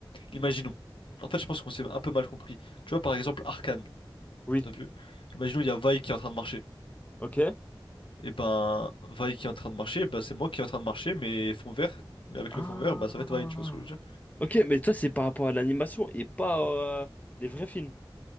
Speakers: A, on the left; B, on the left.
A: imaginons. En fait je pense qu'on s'est un peu mal compris. Tu vois par exemple Arcane,
B: Oui.
A: t'as vu? Imaginons il y a Vi qui est en train de marcher.
B: Ok.
A: Et ben Vi qui est en train de marcher, bah c'est moi qui est en train de marcher, mais fond vert, mais avec
B: Ah.
A: le fond vert, bah ça va être Vi, tu vois ce que je veux dire?
B: Ok, mais toi, c'est par rapport à l'animation et pas euh, les vrais films.